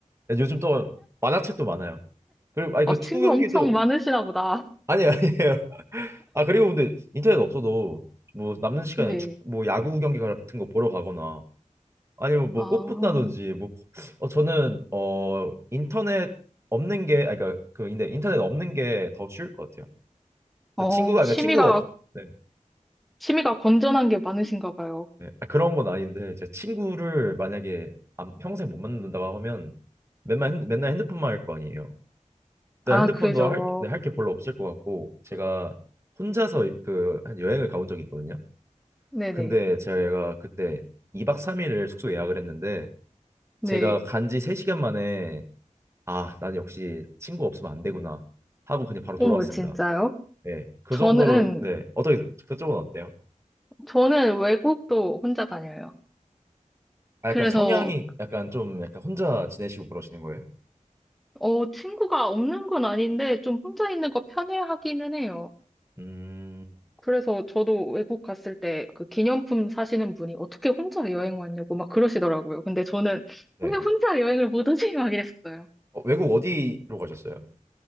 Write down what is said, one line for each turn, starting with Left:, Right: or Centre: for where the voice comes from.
Right: 요즘 또 만화책도 많아요. 그리고 아 이거
Centre: 어, 친구
Right: 축구 경기도
Centre: 엄청 많으시나
Right: <laughs>
Centre: 보다.
Right: 아니 아니에요. 아 그리고 근데 인터넷 없어도 뭐 남는 시간에
Centre: 네.
Right: 축 뭐 야구 경기 같은 거 보러 가거나 아니면 뭐
Centre: 아,
Right: 꽃보다든지 뭐 어, 저는 어 인터넷 없는 게 아니 그러니까 그 근데 인터넷 없는 게 더 쉬울 것 같아요.
Centre: 어,
Right: 친구가
Centre: 취미가,
Right: 그러니까 친구 없 네,
Centre: 취미가 건전한 게 많으신가 봐요.
Right: 네. 아, 그런 건 아닌데 제가 친구를 만약에 안- 평생 못 만난다고 하면 맨날 핸드- 맨날 핸드폰만 할 거 아니에요.
Centre: 아,
Right: 일단 핸드폰도
Centre: 그죠.
Right: 할, 네, 할게 별로 없을 것 같고 제가 혼자서 그 한 여행을 가본 적이 있거든요.
Centre: 네네.
Right: 근데 제가 그때 2박 3일을 숙소 예약을 했는데
Centre: 네.
Right: 제가 간지 3시간 만에 아, 난 역시 친구 없으면 안 되구나 하고 그냥 바로
Centre: 어머,
Right: 돌아왔습니다.
Centre: 진짜요?
Right: 예. 그
Centre: 저는,
Right: 정도로 네. 어떻게 그쪽은 어때요?
Centre: 저는 외국도 혼자 다녀요.
Right: 아,
Centre: 그래서,
Right: 약간 성향이 약간 좀 약간 혼자 지내시고 그러시는 거예요?
Centre: 어, 친구가 없는 건 아닌데, 좀 혼자 있는 거 편해하기는 해요.
Right: 음.
Centre: 그래서 저도 외국 갔을 때 그 기념품 사시는 분이 어떻게 혼자 여행 왔냐고 막 그러시더라고요. 근데 저는
Right: 네.
Centre: 왜 혼자 여행을 못 오지? <laughs> 막 이랬어요.
Right: 어, 외국 어디로 가셨어요?